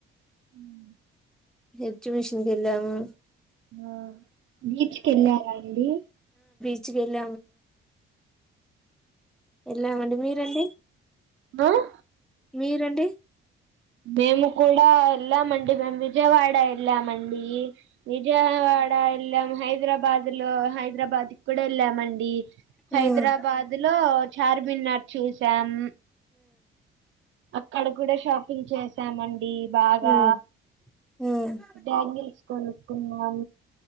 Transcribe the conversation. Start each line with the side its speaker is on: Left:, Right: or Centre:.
Right: <unintelligible>
Centre: హెచ్చ మిషన్ క వెళము
Right: ఆ బీచ్ కి వెళ్ళామా అండి
Centre: వ వెళ్ళ వెళ్ళమండి మీరండి
Right: ఆ
Centre: మీరండి
Right: మేము కూడాడా ఎళ్లామండి మేము విజయవాడ ఎళ్లామండి విజయవాడ వెళ్ళాం హైదరాబాద్ లో హైదరాబాద్ కూడా వెళ్ళామండి హైదరాబాద్
Centre: ఉమ్ ఉమ్
Right: లో చార్మినార్ చూసాం అక్కడ కూడా షాపింగ్ చేసామండి బాగా
Centre: ఉమ్ ఉమ్
Right: బ్యాంగిల్స్ కొనుకున్నా